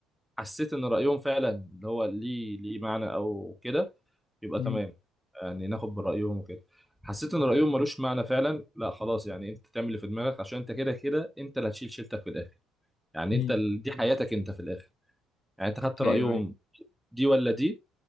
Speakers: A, in the centre; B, on the left.
A: حسيت ان رايهم فعلا اللي هو ليه ليه معنى او كده يبقى
B: مم.
A: تمام يعني ناخد برايهم وكده حسيت ان رايهم ملوش معنى فعلا لا خلاص يعني انت تعمل اللي في دماغك عشان انت كده كده انت اللي هتشيل شيلتك في الاخر يعني
B: مم.
A: انت ال- دي حياتك انت في الاخر يعني انت خدت رايهم
B: ايوه ايوه
A: دي ولا دي